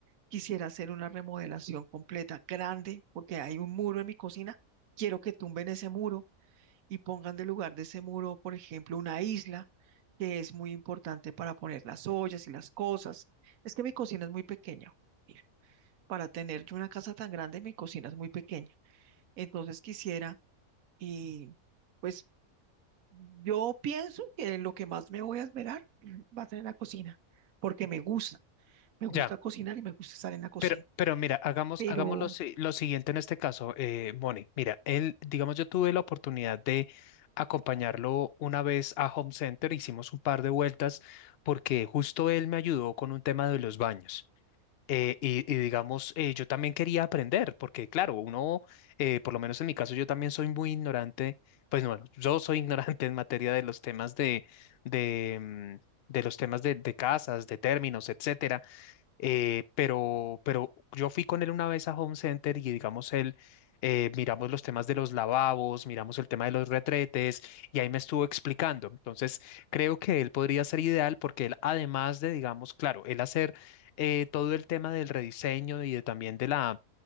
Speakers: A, on the right (about 70°); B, on the left (about 60°).
A: Quisiera hacer una remodelación completa, grande, porque hay un muro en mi cocina. Quiero que tumben ese muro y pongan de lugar de ese muro, por ejemplo, una isla que es muy importante para poner las ollas y las cosas. Es que mi cocina es muy pequeña. mira, para tener yo una casa tan grande, mi cocina es muy pequeña. Entonces quisiera, y pues yo pienso que lo que más me voy a esmerar <clears throat> va a ser en la cocina, porque me gusta, me gusta
B: Ya.
A: cocinar y me gusta estar en la cocina,
B: Pero, pero mira, hagamos,
A: pero
B: hagamos lo, si- lo siguiente en este caso, eh, Moni. Mira, él, digamos, yo tuve la oportunidad de acompañarlo una vez a Home Center, hicimos un par de vueltas porque justo él me ayudó con un tema de los baños. Eh, y, y digamos, eh, yo también quería aprender, porque claro, uno, eh, por lo menos en mi caso, yo también soy muy ignorante, pues bueno, yo soy <laughs> ignorante en materia de los temas de, de, mm, de los temas de, de casas, de términos, etcétera eh, pero, pero yo fui con él una vez a Home Center y digamos él, eh, miramos los temas de los lavabos, miramos el tema de los retretes y ahí me estuvo explicando. Entonces creo que él podría ser ideal porque él además de, digamos, claro, él hacer eh, todo el tema del rediseño y de, también de la